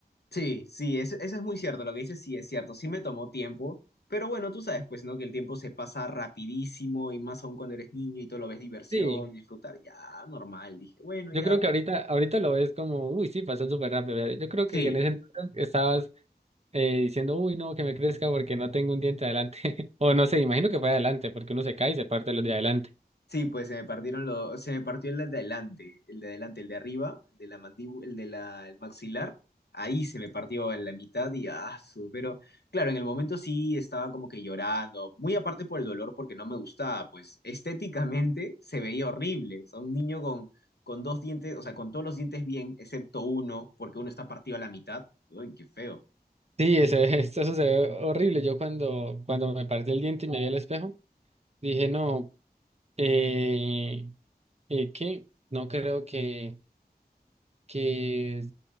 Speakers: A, on the left (about 80°); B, on the right (about 40°).
A: Sí, sí, eso, eso es muy cierto, lo que dices sí es cierto, sí me tomó tiempo, pero bueno, tú sabes, pues, ¿no? Que el tiempo se pasa rapidísimo y más aún cuando eres niño y tú lo ves diversión,
B: Sí,
A: disfrutar, ya, normal, dije, bueno,
B: yo
A: ya.
B: creo que ahorita, ahorita lo ves como, uy, sí, pasó súper rápido. ¿verdad? Yo creo que
A: Sí,
B: en ese entonces estabas eh, diciendo, uy, no, que me crezca porque no tengo un diente adelante. <laughs> O no sé, imagino que fue adelante, porque uno se cae y se parte los de adelante.
A: Sí, pues se me partieron los, se me partió el de adelante, el de adelante, el de arriba, el de la mandíbula, el de la, el maxilar. Ahí se me partió en la mitad y ah, su- pero claro, en el momento sí estaba como que llorando, muy aparte por el dolor porque no me gustaba, pues estéticamente se veía horrible, o sea, un niño con, con dos dientes, o sea, con todos los dientes bien, excepto uno, porque uno está partido a la mitad. Uy, qué feo.
B: Sí, eso, <laughs> eso se ve horrible. Yo cuando, cuando me partí el diente y me vi al espejo, dije, no, eh, eh, ¿qué? No creo que, que